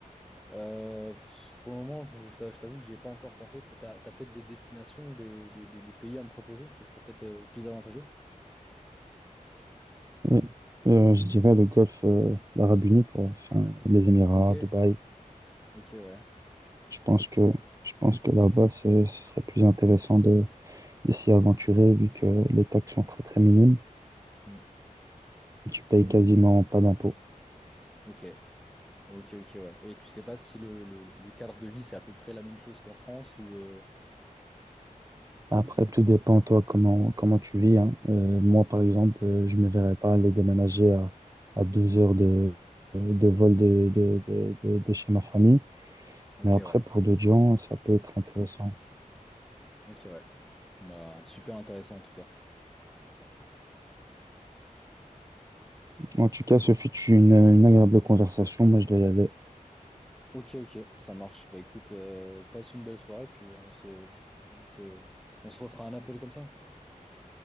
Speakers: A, in the centre; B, on the right.
A: Euh, pff, pour le moment, je, je t'a- je t'avoue que j'y ai pas encore pensé. T'as, t'as peut-être des destinations ou des, des, des- des pays à me proposer qui seraient peut-être euh, plus avantageux?
B: Oui. Et, euh, je dirais le golfe, euh, l'Arabie Unie, quoi. Enfin, les Émirats,
A: Ok,
B: Dubaï.
A: ok, ouais.
B: Je pense que, je pense que là-bas, ce ce serait plus intéressant de, de s'y aventurer vu que les taxes sont très, très minimes.
A: Hmm.
B: Tu payes quasiment pas d'impôts.
A: Ok, ok, ok, ouais. Et tu sais pas si le, le- le cadre de vie, c'est à peu près la même chose qu'en France ou... euh,
B: Après, tout dépend, toi, comment, comment tu vis, hein. Euh, moi, par exemple, euh, je me verrais pas aller déménager à, à deux heures de, de vol de, de, de, de, de chez ma famille.
A: Ok,
B: Mais après,
A: ouais.
B: pour d'autres gens, ça peut être intéressant.
A: Ok, ouais. Bah, super intéressant en tout cas.
B: En tout cas, ce fut une, une agréable conversation. Moi, je dois y aller.
A: Ok, ok, ça marche. Bah écoute, euh, passe une belle soirée, puis on se, on se, on se refera un appel comme ça.